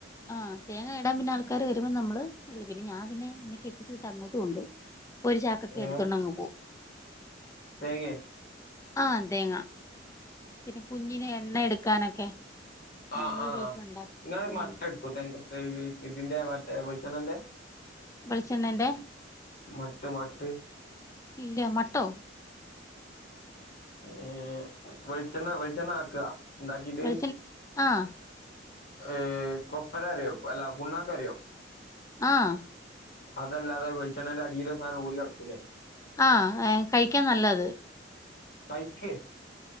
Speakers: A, on the left (about 15°); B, on the left (about 55°).
A: ആഹ് തേങ്ങ ഇടാം പിന്നെ ആൾക്കാര് വരുമ്പം നമ്മള് പിന്നെ ഞാ പിന്നെ ന്നെ കെട്ടിച്ചു വിട്ട അങ്ങോട്ട് കൊണ്ടോവും. ഒരു ചാക്കൊക്കെ
B: ഏ
A: എടുത്തോണ്ടങ്ങ് പോവും
B: തേങ്ങേ
A: ആഹ് തേങ്ങ പിന്നെ കുഞ്ഞിന് എണ്ണ എടുക്കാനൊക്കെ
B: ആഹ്
A: നമ്മള്
B: ആഹ്
A: വീട്ടിലുണ്ടാക്കും
B: ഇങ്ങള്
A: ഉം
B: മട്ടെടുക്കോ തെ ഇതിന്റെ മറ്റേ വെളിച്ചെണ്ണന്റെ
A: വെളിച്ചെണ്ണന്റെ
B: മട്ട് മട്ട്
A: ഇല്യ മട്ടോ
B: ഏഹ് വെൾച്ചെണ്ണ വെൾച്ചെണ്ണ ആക്ക ഇണ്ടാക്കീട്ട്
A: വെളിച്ചെ ആഹ്
B: ഏഹ് കൊപ്പര അറിയോ അല്ല പുണ്ണാക്ക് അറിയോ?
A: ആഹ്
B: അതല്ലാതെ വെള്ളിച്ചെണന്റെ അടിലെ സാനം ഊരി കടക്കൂലേ
A: ആഹ് ഏഹ് കഴിക്കാൻ നല്ലത്
B: കയിക്കെ